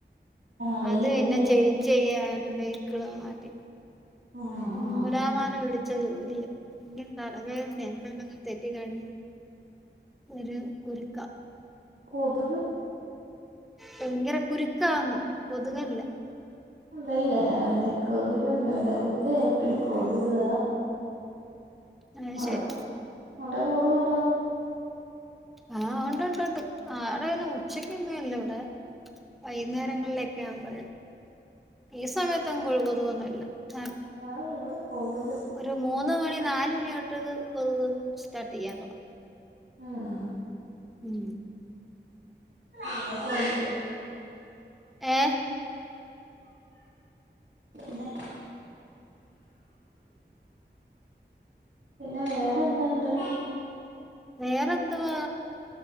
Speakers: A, on the right; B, in the centre.
A: അതിനിപ്പോ
B: അത് പിന്നെ
A: എന്തായി
B: ചെയ്ഞ്ച് ചെയ്യാനും വെഹിക്കിള് മാറ്റി
A: ആ
B: നൂലാമാല
A: ആ
B: പിടി ച്ച ജോലിയ ഇൻക്ക് തലവേദന എന്തെങ്കിലു ഒന്ന് തെറ്റി കഴിഞ്ഞ് ഒരു കുര്ക്ക
A: കൊതുക്
B: ഭയങ്കര കുരുക്കാന്ന് കൊതുകല്ല
A: അതല്ല ഞാന് കൊത്കെന്ന് ഇവിടെ ഉച്ച ആയപ്പോഴും കൊതുക് ഇതാ
B: അത്
A: അവിടെക്കെ
B: ശരി
A: അവിടെക്കെ കൊതുവുണ്ടോ
B: ആഹ് ഉണ്ട് ഉണ്ട് ഉണ്ട് അവിടെന്നു ഉച്ചക്കൊന്നു ഇല്ല ഇവിടെ വൈനേരങ്ങളികാവുമ്പോഴു ഈ സമയത്തൊന്നും കൊഴ് കൊതുകൊന്നില്ല ദാണ്ടേ
A: ആഹ് ഇവിടെ കൊതുക്
B: ഒര് മൂന്ന് മണി നാല് മണി തൊട്ട് ഇത് കൊതുക് സ്റ്റാർട്ട് യ്യാൻ തൊടങ്ങും
A: ആഹ്
B: ഉം
A: നല്ലോം കൊത്ക്
B: ഏഹ്
A: പിന്നെ പിന്നെ വേറെന്ത്‌ണ്ട്
B: വേറെന്ത്‌വാ